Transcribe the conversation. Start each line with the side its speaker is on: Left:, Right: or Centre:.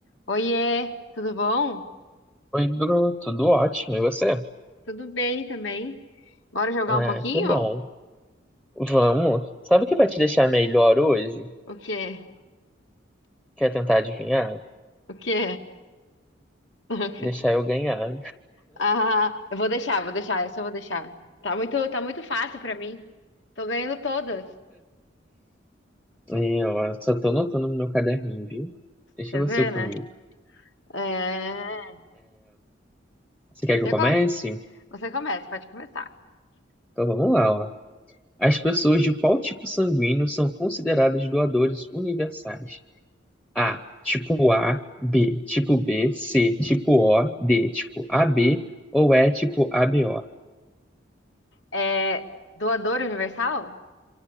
Left: Oiê, tudo bom?
Centre: Oi, Bruno, tudo ótimo, e você?
Left: Tudo bem também. Bora jogar
Centre: Ah,
Left: um pouquinho?
Centre: que bom. Vamos. Sabe o que vai te deixar melhor hoje?
Left: O quê?
Centre: Quer tentar adivinhar?
Left: O quê? <laughs>
Centre: Deixar eu ganhar.
Left: Ah, eu vou deixar, vou deixar, essa eu vou deixar. Tá muito, tá muito fácil pra mim. Tô ganhando todas.
Centre: Eu ó, só tô anotando no meu caderninho, viu? Deixa
Left: Você
Centre: você
Left: vê,
Centre: comigo.
Left: né? É...
Centre: Você quer que
Left: Você,
Centre: eu comece?
Left: co- você começa, pode começar.
Centre: Então vamos lá, ó. As pessoas de qual tipo sanguíneo são consideradas doadores universais? A, tipo A, B, tipo B, C, tipo O, D, tipo AB ou E, tipo ABO?
Left: É... Doador universal?